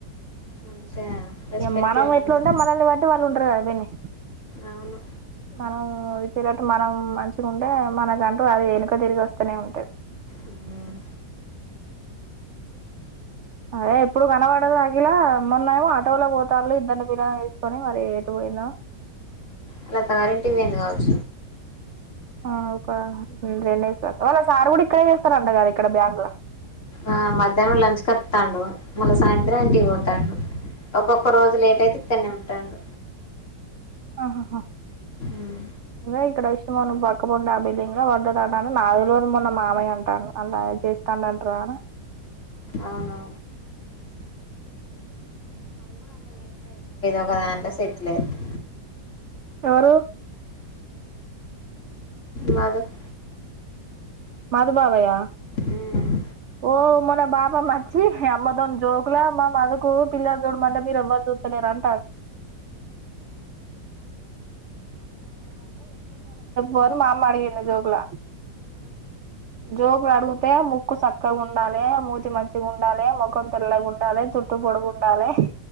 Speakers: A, on the left (about 45°); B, on the right (about 65°).
A: మంచిగా రెస్పెక్ట్గానే
B: ఇగ మనం ఎట్లా
A: ఉంటారు
B: ఉంటే మనల్ని వట్టి వాళ్ళు ఉంటారు గద, పిన్ని,
A: అవును
B: మనమూ. ఈ రోజు మనం మంచిగా ఉంటే, మనకంటూ అది వెనుక తిరిగి వస్తూనే ఉంటాది.
A: ఉమ్.
B: అదే ఎప్పుడు కనబడదు అఖిల మన్నేమో ఆటోలో పోతాలు ఇద్దరిని పిల్లని తీసుకొని మరి ఎటు పోయిందో
A: ఆలా సార్ ఇంటికి పోయిండు కావ. <inaudible>
B: ఆ ఒక రెండే ఇస్తార్ వాళ్ళ సార్ కూడా ఇక్కడే చేస్తారంట కదా ఇక్కడ బ్యాంకుల.
A: ఆ మధ్యాహ్నం లంచ్ కత్తండు, మళ్ళ సాయంత్రం ఇంటికి పోతాండు, ఒక్కొక్కొ. ఒక రోజు లేట్ అయితే ఇక్కడనే ఉంటాండు
B: అహా
A: ఉమ్.
B: అదే ఇక్కడ ఇష్ మనం పక్క <unintelligible> ఆ బిల్లింగ్ వంట <unintelligible> నాదిలోది మొన్న మామయ్య అంటాండ అల్లాయి చేస్తానట్ రారా
A: అవునా ఒక దాంట్లో సెటిల్ అయితే
B: ఎవరు
A: మాధవ్
B: మధు బాబాయ
A: ఉమ్.
B: ఓ మొన్న బాపమ్మ అచ్చి అమ్మ తోన్ జోకుల మా మధు కు పిల్లని చూడమంటే మీరు ఎవరు చు లేరంట వన్ మాఅమ్మ అడిగింది జోకుల జోకులు అడుగు తే ముక్కు సక్కగా ఉండాలే మూతి మంచిగా ఉండాలే మొఖం తెల్లగా ఉండాలి జుట్టు పొడుగు ఉండాలే